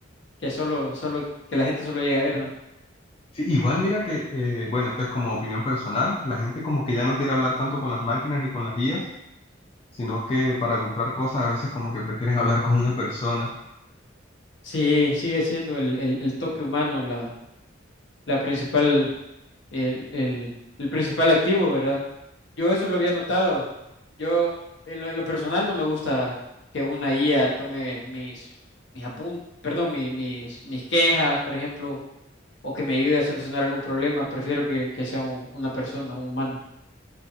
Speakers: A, on the left; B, on the left.
A: que solo, solo, que la gente solo llegue a ver, ¿no?
B: Sí, igual mira que, eh, bueno, esto es como opinión personal, la gente como que ya no quiere hablar tanto con las máquinas ni con las guías, sino que para comprar cosas a veces como que prefieren <laughs> hablar con una persona.
A: Sí, sigue siendo el, el, el toque humano la, la principal, el, el, el principal activo, ¿verdad? Yo eso lo había notado. Yo, en lo, en lo personal, no me gusta que una IA tome mis, mis apun- perdón, mi- mis, mis quejas, por ejemplo, o que me ayude a solucionar algún problema. Prefiero que, que sea un- una persona, un humano.